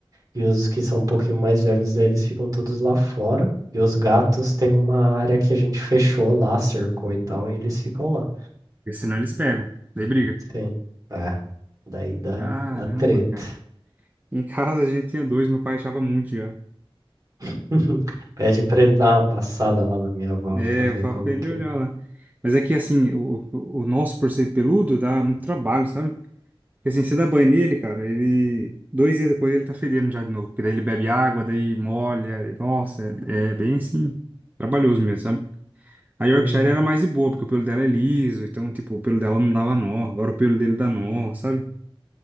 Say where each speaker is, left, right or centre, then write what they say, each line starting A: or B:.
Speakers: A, on the right; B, on the right.
A: E os que são um pouquinho mais velhos, daí eles ficam todos lá fora. E os gatos têm uma área que a gente fechou lá, cercou e tal, e eles ficam lá.
B: porque senão eles pegam. Daí briga.
A: Sim. É. Daí dá,
B: Caramba,
A: dá treta.
B: cara. Em casa a gente tinha dois, meu pai achava muito já.
A: <laughs> Pede pra ele dar uma passada lá na minha avó
B: É,
A: pra ver
B: eu falo
A: como
B: pra ele
A: que.
B: olhar lá. Mas é que, assim, o, o o nosso, por ser peludo, dá muito trabalho, sabe? Porque, assim, você dá banho nele, cara, ele... Dois dias depois ele tá fedendo já de novo. Porque daí ele bebe água, daí molha. Nossa, é, é bem, assim, trabalhoso mesmo, sabe? A Yorkshire
A: Uhum.
B: era mais de boa, porque o pelo dela é liso. Então, tipo, o pelo dela não dava nó. Agora o pelo dele dá nó, sabe?